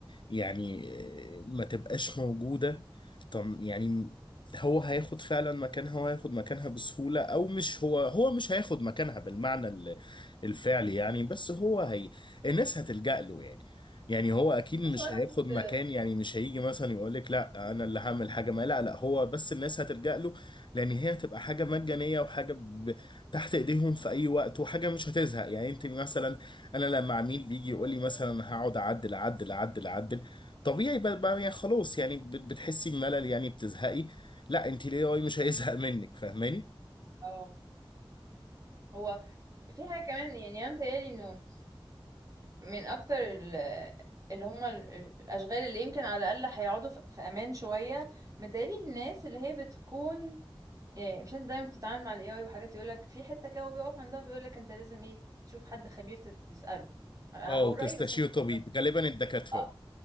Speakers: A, on the left; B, on the right.
A: يعني آه، ما تبقاش موجودة طب يعني هو هياخد فعلا مكانها وهياخد مكانها بسهولة أو مش هو هو مش هياخد مكانها بالمعنى الفعلي يعني
B: مم.
A: بس هو هي الناس هتلجأ له يعني يعني هو اكيد
B: بس
A: مش
B: وانا
A: هياخد
B: كنت
A: مكان يعني مش هيجي مثلا يقول لك لا انا اللي هعمل حاجه ما لا لا هو بس الناس هتلجأ له لان هي هتبقى حاجه مجانيه وحاجه ب... تحت ايديهم في اي وقت وحاجه مش هتزهق يعني انت مثلا انا لما عميل بيجي يقول لي مثلا هقعد اعدل اعدل اعدل اعدل طبيعي بقى بقى يعني خلاص يعني بت- بتحسي بملل يعني بتزهقي لا انت الاي اي مش هيزهق منك فاهماني
B: اه هو في حاجة كمان يعني انا متهيألي انه من اكتر ال- اللي هم الاشغال اللي يمكن على الاقل هيقعدوا في في امان شوية متهيألي الناس اللي هي بتكون يعني مش انت دايما بتتعامل مع الاي اي وحاجات يقولك في حتة كده وبيقف عندها بيقولك انت لازم ايه تشوف حد خبير تت- تسأله انا
A: اه
B: بقول
A: وتستشير
B: رأيي بس انت
A: طبيب
B: انت-
A: غالبا الدكاتره
B: اه